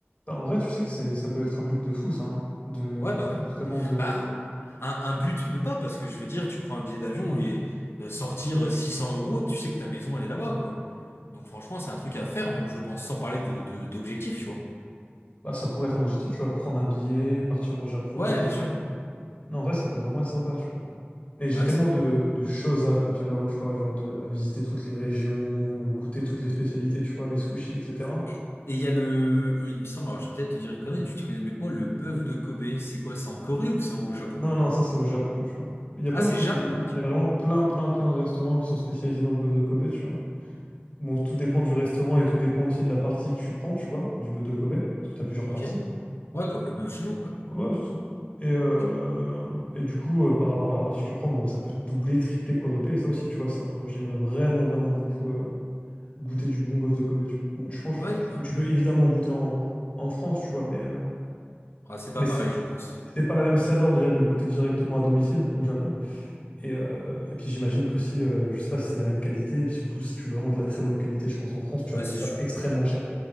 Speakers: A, on the left; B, on the left.
A: Bah, en vrai, tu sais que c'est, ça peut être un but de fou, ça. hein. De,
B: Ouais, bah
A: de-
B: ouais.
A: justement de.
B: Bah, un, un but, même pas, parce que je veux dire, tu prends un billet d'avion et euh, sortir 600 euros, tu sais que ta maison, elle est là-bas, quoi. Donc franchement, c'est un truc à faire, même je pense, sans parler de, de, d'objectif, tu vois.
A: Bah, ça pourrait être un objectif, tu vois. Prendre un billet, partir au Japon,
B: Ouais,
A: t'achètes.
B: bien sûr.
A: Non, en vrai, ça peut vraiment être sympa, tu vois. Et j'ai
B: Ouais,
A: tellement
B: c'est clair.
A: de, de choses à accomplir là-haut, tu vois, genre de, à visiter toutes les régions, goûter toutes les spécialités, tu vois, les sushis, etc.
B: Et et- et il y a le, il me semble, alors je vais peut-être te dire une connerie, tu te connais mieux que moi, le bœuf de Kobe, c'est quoi? C'est en Corée ou c'est au Japon?
A: Non, non, ça c'est au Japon, tu vois. Il y a
B: Ah,
A: plein
B: c'est
A: de spécialités.
B: Japon, ok.
A: Il y a vraiment plein, plein, plein de restaurants qui sont spécialisés dans le bœuf de Kobe, tu vois. Bon, tout dépend du restaurant et tout dépend aussi de la partie que tu prends, tu vois, du bœuf de Kobe, parce que t'as plusieurs
B: Ok.
A: parties.
B: Ouais, comme le bœuf chez nous, quoi.
A: Ouais, c'est ça. Et, euh,
B: Ok.
A: et du coup, euh, par rapport à la partie que tu prends, bon, ça peut te doubler, tripler, quadrupler, et ça aussi, tu vois, ça, euh, j'aimerais vraiment, vraiment beaucoup euh, goûter du bon bœuf de Kobe, tu vois. Bon, tu penses,
B: Ouais,
A: tu,
B: bah,
A: peux tu peux évidemment goûter en, en France, tu vois, mais, euh,
B: ah, c'est pas
A: mais c'est
B: pareil, je pense.
A: c'est pas la même saveur déjà de le goûter directement à domicile au Japon. Et, euh, et puis j'imagine qu'aussi, euh, je sais pas si c'est la même qualité, et puis surtout, si tu veux vraiment de la très bonne qualité, je pense en France, tu vas
B: Bah,
A: payer
B: c'est,
A: ça extrêmement cher.